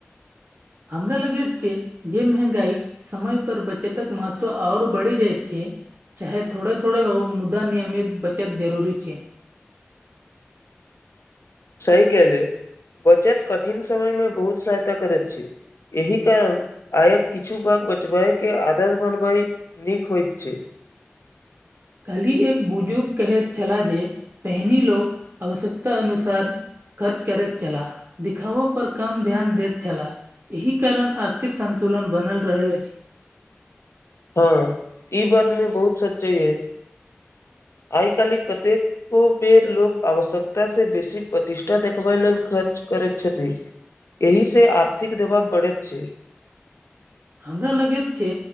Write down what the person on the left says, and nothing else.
सही कहलि बचत कठिन समयमे बहुत सहायता करैत छै एहि कारण आयक किछु भाग बचबाय केँ आदत बनबाई नीक होइत छै
हँ ई बात मे बहुत सच्चये अय आइ काल्हि कते को बेर लोक आवश्यकता से बेसी प्रतिष्ठा देखबै लेल खर्च करैत छथि एहि से आर्थिक दबाब बढ़ैत छै